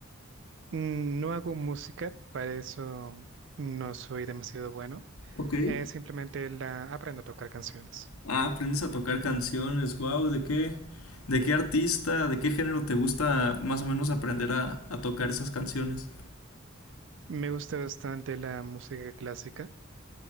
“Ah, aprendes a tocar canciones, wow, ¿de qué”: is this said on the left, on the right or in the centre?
Left